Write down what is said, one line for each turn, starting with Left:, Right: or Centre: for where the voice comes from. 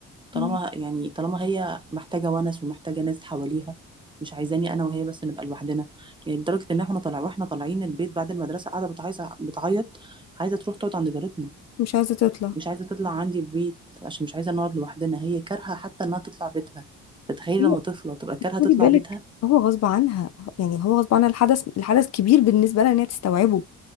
Right: طالما
Left: مم.
Right: ه- يعني طالما هي محتاجة ونس ومحتاجة ناس حواليها مش عايزاني انا وهي بس نبقى لوحدنا يعني لدرجة ان احنا طالع واحنا طالعين البيت بعد المدرسة قاعدة بتعايزة بتعيط عايزة تروح تقعد عند جارتنا
Left: مش عايزة تطلع
Right: مش عايزة تطلع عندي البيت عشان مش عايزة نقعد لوحدنا هي كارهة حتى انها تطلع بيتها تتخيل
Left: هي
Right: لما طفلة تبقى كارهة
Left: خدي
Right: تطلع
Left: بالك
Right: بيتها
Left: هو غصب عنها يعني هو غصب عنها الحدث الحدث كبير بالنسبة لها ان هي تستوعبه